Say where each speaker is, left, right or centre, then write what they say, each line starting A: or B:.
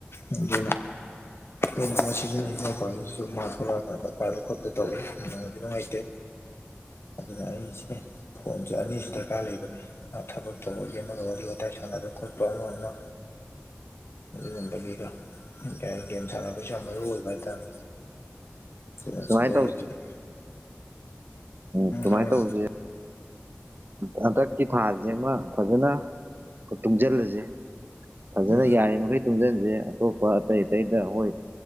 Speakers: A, on the left; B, on the right.
A: ꯑꯗꯨꯅ ꯑꯃ ꯃꯁꯤꯖꯤꯟꯅꯅꯤ ꯃꯥ ꯊꯣꯛꯂꯛꯑꯀꯥꯟꯗ ꯄꯥꯏꯕ ꯈꯣꯠꯄ ꯇꯧꯋꯤ ꯅꯨꯡꯗꯤ ꯅꯨꯡꯉꯥꯏꯇꯦ
B: <unintelligible>
A: ꯑꯗꯨꯅ ꯑꯩꯁꯦ ꯐꯣꯟꯁꯨ ꯑꯅꯤꯁꯨ ꯗꯔꯀꯥꯔ ꯂꯩ ꯊꯕꯛ ꯇꯧꯕꯒꯤ ꯑꯃꯒ ꯋꯥꯔꯤ ꯋꯥꯇꯥꯏ ꯁꯥꯟꯅꯕ ꯈꯣꯠꯄ ꯑꯃ ꯑꯃ ꯑꯗꯨꯒꯨꯝꯕꯒꯤꯒ ꯀꯩ ꯍꯥꯏ ꯒꯦꯝ ꯁꯥꯟꯅꯕꯩꯁꯨ ꯌꯥꯝ ꯃꯔꯨ ꯑꯣꯏꯕ ꯍꯥꯏꯇꯥꯔꯦ
B: <inaudible>
A: <unintelligible>
B: ꯁꯨꯃꯥꯏꯅ
A: ꯂꯩꯔꯗꯤꯅꯦ
B: ꯃꯣꯛ ꯁꯨꯃꯥꯏꯅ
A: ꯍꯥꯏꯔꯣ
B: ꯇꯧꯖꯦ ꯍꯟꯗꯛꯀꯤ ꯊꯥꯁꯦ ꯑꯃ ꯐꯖꯅ ꯇꯨꯡꯖꯜꯂꯁꯦ ꯐꯖꯅ
A: ꯎꯝ
B: ꯌꯥꯔꯤ ꯃꯈꯩ ꯇꯨꯡꯁꯤꯟꯁꯦ ꯑꯇꯣꯞꯄ ꯑꯇꯩ ꯑꯇꯩꯗ ꯍꯣꯏ